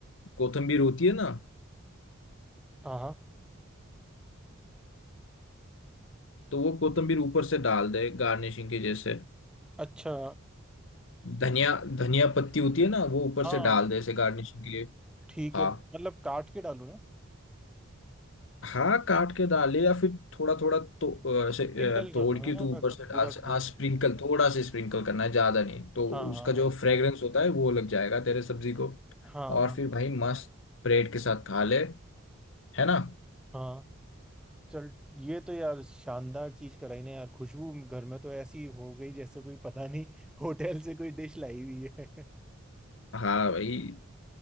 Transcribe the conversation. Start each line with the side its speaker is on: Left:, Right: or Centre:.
Left: कोथिम्बीर होती है ना
Centre: हाँ हाँ
Left: तो वो कोथिम्बीर ऊपर से डाल दे गार्निशिंग के जैसे
Centre: अच्छा
Left: धनिया धनिया पत्ती होती है ना वो ऊपर
Centre: हाँ
Left: से डाल दे ऐसे गार्निशिंग के लिए
Centre: ठीक
Left: हाँ
Centre: है मतलब काट के डालूँ ना
Left: हाँ काट के डाले या फिर थोड़ा थोड़ा तो अ, ऐसे
Centre: स्प्रिंकल
Left: अ,
Centre: कर
Left: तोड़
Centre: दूँ है
Left: के
Centre: ना
Left: तू ऊपर
Centre: वैसा
Left: से डाल
Centre: पूरा
Left: से
Centre: करूँ
Left: हाँ स्प्रिंकल थोड़ा सा स्प्रिंकल करना है ज्यादा नहीं तो
Centre: हाँ
Left: उसका
Centre: हाँ हाँ
Left: जो फ्रेग्रेंस होता है वो लग जाएगा तेरे सब्जी को
Centre: हाँ
Left: और
Centre: हाँ
Left: फिर भाई मस्त ब्रेड के साथ खा ले है ना
Centre: हाँ चल ये तो यार शानदार चीज कराई ना यार खुशबू घर में तो ऐसी हो गई जैसे कोई पता नहीं होटल से कोई डिश लाई हुई है
Left: हाँ भाई